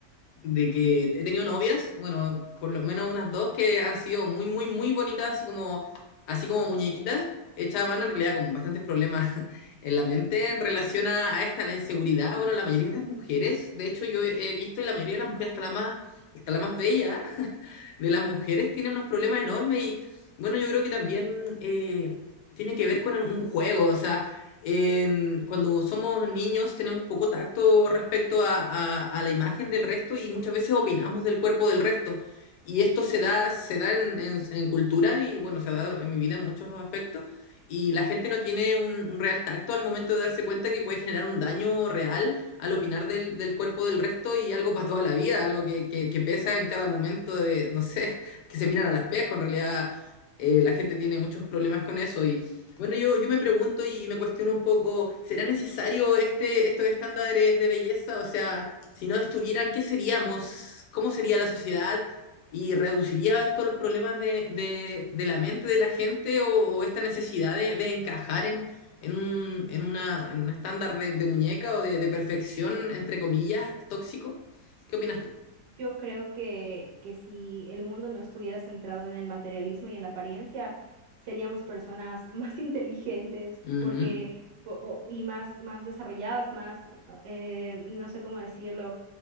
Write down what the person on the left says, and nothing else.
de que he tenido novias, bueno, por lo menos unas dos que han sido muy, muy, muy bonitas, así como, así como muñequitas, hechas a mano en realidad con bastantes problemas <laughs> en la mente en relación a, a esta, la inseguridad. Bueno, la mayoría de las mujeres, de hecho yo he visto en la mayoría de las mujeres, hasta la más, hasta la más bella, de las mujeres tiene unos problemas enormes y bueno, yo creo que también eh, tiene que ver con un juego, o sea, en- cuando somos niños tenemos poco tacto respecto a, a- a la imagen del resto y muchas veces opinamos del cuerpo del resto. Y esto se da, se da en, en- en cultura y bueno, se ha dado en mi vida en muchos aspectos. Y la gente no tiene un, un real tacto al momento de darse cuenta que puede generar un daño real al opinar del, del cuerpo del resto y algo para toda la vida, algo que, que, que pesa en cada momento de, no sé, <laughs> que se miran al espejo, en realidad eh, la gente tiene muchos problemas con eso y bueno, yo, yo me pregunto y me cuestiono un poco, ¿será necesario este, estos estándares de belleza? O sea, si no estuvieran, ¿qué seríamos? ¿Cómo sería la sociedad? ¿Y reduciría esto los problemas de, de, de la mente de la gente o, o esta necesidad de, de encajar en, en un, en una, en un estándar de, de muñeca o de, de perfección, entre comillas, tóxico. ¿Qué opinas tú?
Ujú,